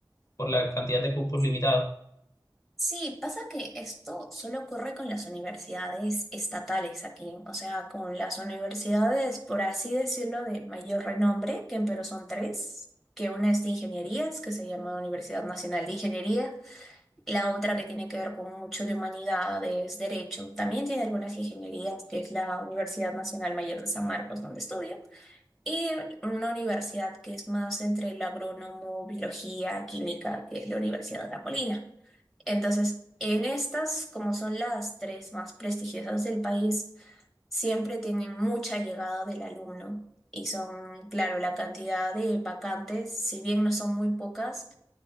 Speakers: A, on the left (about 40°); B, in the centre.
A: por la cantidad de cupos limitados.
B: Sí, pasa que esto solo ocurre con las universidades estatales aquí, o sea, con las universidades, por así decirlo, de mayor renombre, que en Perú son tres, que una es de ingenierías, que se llama Universidad Nacional de Ingeniería, la otra que tiene que ver con mucho de humanidades, derecho, también tiene algunas ingenierías, que es la Universidad Nacional Mayor de San Marcos, donde estudio. Y una universidad que es más entre el agrónomo, biología, química, que es la Universidad de La Molina. Entonces, en estas, como son las tres más prestigiosas del país, siempre tienen mucha llegada del alumno. Y son, claro, la cantidad de vacantes, si bien no son muy pocas,